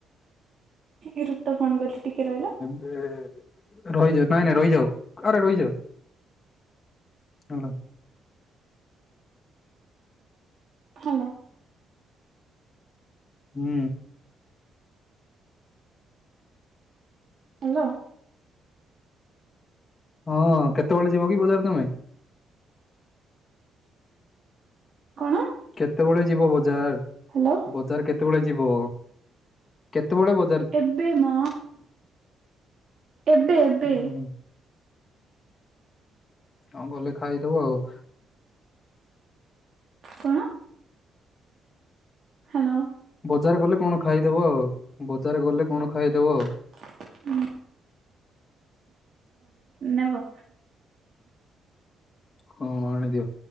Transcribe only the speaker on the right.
ଏ ରୁତ ଫୋନ୍ କରିଛି ଟିକେ ରହିଲ।
ହ୍ୟାଲୋ।
ହାଲୋ।
କଣ?
ହାଲୋ।
ଏବେ ମ, ଏବେ ଏବେ।
କଣ? ହାଲୋ।
ହୁଁ। ନେବ।